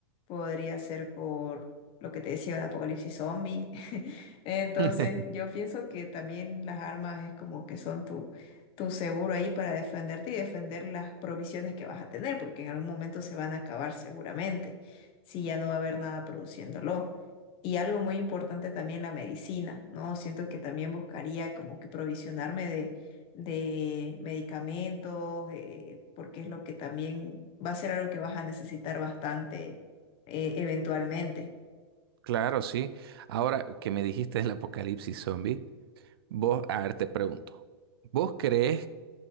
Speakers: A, on the left; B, on the right.
A: podría ser por lo que te decía de apocalipsis zombie. <laughs> Entonces,
B: <laughs>
A: yo pienso que también las armas es como que son tu, tu seguro ahí para defenderte y defender las provisiones que vas a tener, porque en algún momento se van a acabar seguramente, si ya no va a haber nada produciéndolo. Y algo muy importante también la medicina, ¿no? Siento que también buscaría como que provisionarme de de medicamentos, eh, porque es lo que también va a ser algo que vas a necesitar bastante eh, eventualmente.
B: Claro, sí. Ahora que me dijiste el apocalipsis zombie, vos, a ver, te pregunto, ¿vos crees